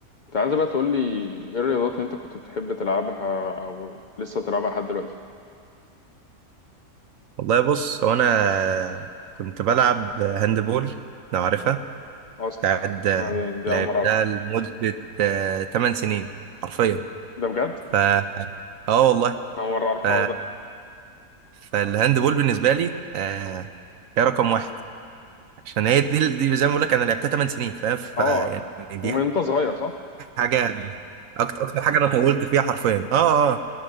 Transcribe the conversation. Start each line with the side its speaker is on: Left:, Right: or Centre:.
Left: كنت عايز بقى تقول لي ايه الرياضات اللي انت كنت بتحب تلعبها او لسه بتلعبها لحد دلوقتي
Right: والله بص هو انا كنت بلعب هاندبول لو عارفها
Left: اصلا
Right: بتاعت
Left: يعني دي
Right: لعبتها
Left: اول مره اعرف
Right: لمدة آه، 8 سنين حرفيا
Left: ده بجد
Right: ف اه والله
Left: اول مره اعرف الحوار
Right: ف...
Left: ده
Right: فالهاندبول بالنسبة لي آه، هي رقم واحد عشان هي دي دي زي ما بقول لك انا لعبتها 8 سنين فاهم فيعني
Left: اه يعني
Right: دي
Left: ومن انت صغير صح
Right: حاجة اكتر اكتر حاجة انا طولت فيها حرفيا اه اه